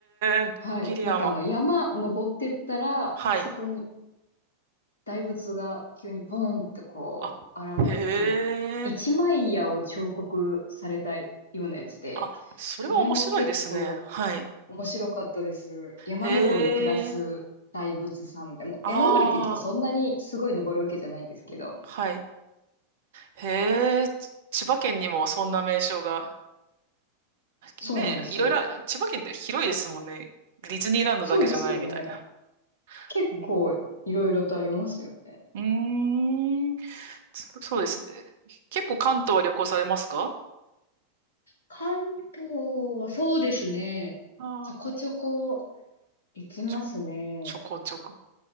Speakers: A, on the right (about 55°); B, on the left (about 75°).
A: え、のこぎり山。
B: はい。なんかあの、山登ってったら、
A: はい。
B: そこに大仏が急にポーンってこう、
A: あ、
B: 現れて、
A: へえ。
B: 多分、一枚岩を彫刻されたようなやつで、
A: あ、それは面白いですね。
B: それも結構
A: はい。
B: 面白かったです。山登りプラス大仏さんでも、
A: へえ、ああ、
B: 山登りって言ってもそんなにすごい登るわけじゃないんですけど、
A: はい。へえ、ち千葉県にもそんな名称が、
B: そうなんですよ。
A: ねえ、いろいろ、千葉県って広いですもんね。ディズニーランドだけじゃないみたいな。
B: そうですよね。結構いろいろとありますよね。
A: うん、うーん、そそうですね。結構関東は旅行されますか
B: 関東はそうですね。
A: ああ、
B: ちょこちょこ行きますね。
A: ちょ、ちょこちょこ。